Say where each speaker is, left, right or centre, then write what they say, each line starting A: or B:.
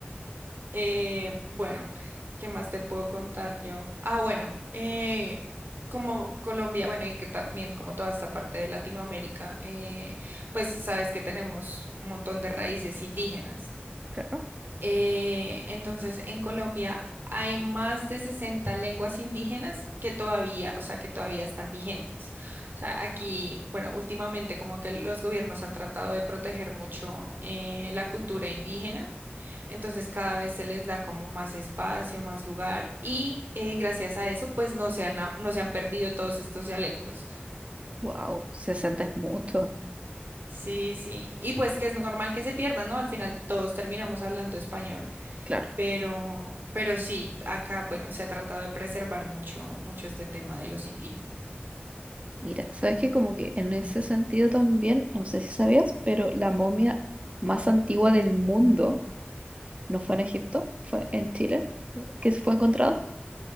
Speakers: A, on the right (about 55°); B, on the right (about 30°).
A: Eh, bueno, ¿qué más te puedo contar yo? Ah, bueno, eh, como Colombia, bueno, y que también como toda esta parte de Latinoamérica, eh, pues sabes que tenemos un montón de raíces indígenas.
B: claro.
A: Eh, entonces, en Colombia hay más de 60 lenguas indígenas que todavía, o sea, que todavía están vigentes. O sea, aquí, bueno, últimamente como que los gobiernos han tratado de proteger mucho eh, la cultura indígena, entonces cada vez se les da como más espacio, más lugar y eh, gracias a eso, pues no se han, a- no se han perdido todos estos dialectos.
B: Wow, 60 es mucho,
A: Sí, sí. Y pues que es normal que se pierdan, ¿no? Al final todos terminamos hablando español.
B: claro.
A: Pero, pero sí, acá, bueno, se ha tratado de preservar mucho, mucho este tema de los indígenas.
B: Mira, sabes que como que en ese sentido también, no sé si sabías, pero la momia más antigua del mundo no fue en Egipto, fue en Chile, que se fue encontrada.